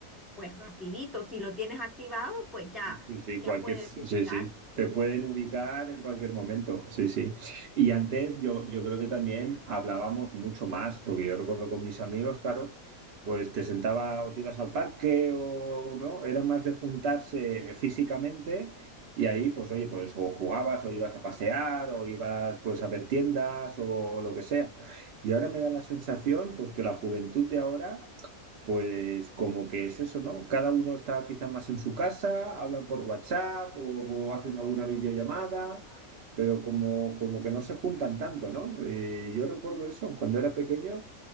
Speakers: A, in the centre; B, on the right (about 60°).
A: pues rapidito, si lo tienes activado, pues ya,
B: Sí, sí,
A: ya
B: cualquier,
A: puedes
B: sí,
A: ubicar.
B: sí, te pueden ubicar en cualquier momento, sí, sí. Y antes yo, yo creo que también hablábamos mucho más, porque yo recuerdo con mis amigos, claro, pues te sentaba o te ibas al parque o no, era más de juntarse físicamente y ahí, pues oye, pues o jugabas o ibas a pasear o ibas pues a ver tiendas o, o lo que sea. Y ahora me da la sensación, pues que la juventud de ahora pues como que es eso, ¿no? Cada uno está quizás más en su casa, hablan por WhatsApp o, o hacen alguna videollamada, pero como, como que no se juntan tanto, ¿no? Eh, yo recuerdo eso cuando era pequeño,